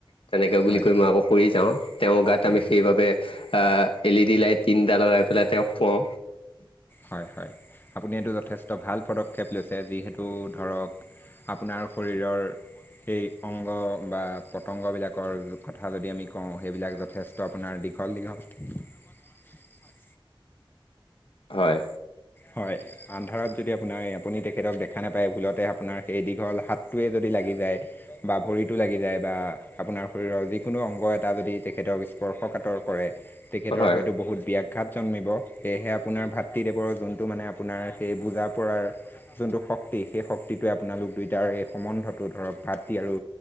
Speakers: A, on the left (about 80°); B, on the left (about 20°).
A: তেনেকে বুলি
B: হয়
A: কৈ মই আকৌ শুই যাওঁ, তেওঁৰ গাত
B: হয়
A: আমি সেইবাবে আ, এল ই ডি লাইট তিনিটা লগাই পেলাই তেওঁক শুৱাও।
B: হয় হয় আপুনি এইটো যথেষ্ট ভাল পদক্ষেপ লৈছে যিহেতু ধৰক আপোনাৰ শৰীৰৰ সেই অংগ বা পতংগ বিলাকৰ কথা যদি আমি কওঁ, সেইবিলাক যথেষ্ট আপোনাৰ <unintelligible>
A: হয়,
B: হয় আন্ধাৰত যদি আপোনাৰ আপুনি তেখেতক দেখা নাপায় ভুলতে আপোনাৰ সেই দীঘল হাতটোৱে যদি লাগি যায়, বা ভৰিতো লাগি যায়, বা আপোনাৰ শৰীৰৰ যিকোনো অংগ এটা যদি তেখেতক স্পৰ্শ <unintelligible> কাতৰ কৰে তেখেতৰ
A: হয়
B: হয়তো বহুত ব্যাঘাত জন্মিব সেয়েহে আপোনাৰ ভাতৃদেৱৰ যোনটো যোনটো মানে আপোনাৰ সেই বুজা পৰাৰ, যোনটো শক্তি সেই শক্তিটোৱে আপোনালোক দুইটাৰ এই সম্বন্ধত ধৰক ভাতৃ আৰু